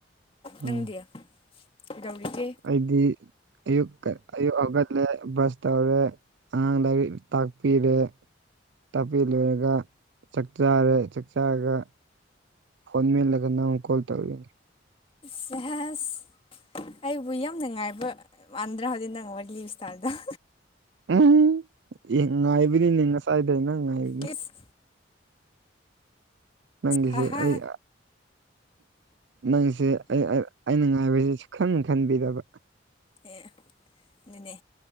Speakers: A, on the right; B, on the left.
A: ꯎꯝ
B: ꯅꯪꯗꯤ ꯀꯩꯗꯧꯔꯤꯒꯦ
A: ꯑꯩꯗꯤ ꯑꯌꯨꯛ ꯀ ꯑꯌꯨꯛ ꯍꯧꯒꯠꯂꯦ ꯕ꯭ꯔꯁ ꯇꯧꯔꯦ ꯑꯉꯥꯡ ꯂꯥꯏꯔꯤꯛ ꯇꯥꯛꯄꯤꯔꯦ ꯇꯥꯛꯄꯤ ꯂꯣꯏꯔꯒ ꯆꯥꯛ ꯆꯥꯔꯦ ꯆꯥꯛ ꯆꯥꯔꯒ ꯐꯣꯟ ꯃꯦꯜꯂꯒ ꯅꯪ ꯀꯣꯜ ꯇꯧꯏꯅꯤ
B: ꯁꯦꯍꯦꯁ ꯑꯩꯕꯨ ꯌꯥꯝꯅ ꯉꯥꯏꯕ ꯃꯥꯟꯗ꯭ꯔꯥ ꯍꯧꯖꯤꯛ ꯅꯪ ꯋꯥꯔꯤꯂꯤꯕ ꯏꯁꯇꯥꯏꯜꯗꫭ
A: ꯎꯝ ꯏ ꯉꯥꯏꯕꯤꯅꯤꯅꯦ ꯉꯁꯥꯏꯗꯩ ꯅꯪ ꯉꯥꯏ
B: ꯏꯁ
A: ꯅꯪꯒꯤꯁꯦ
B: ꯍꯥ ꯍꯥ
A: ꯑꯩ ꯑ ꯅꯪꯁꯦ ꯑꯩ ꯑ ꯑꯩꯅ ꯉꯥꯏꯕꯁꯦ ꯁꯨꯈꯟ ꯈꯟꯕꯤꯗꯕ
B: ꯑꯦ ꯑꯗꯨꯅꯦ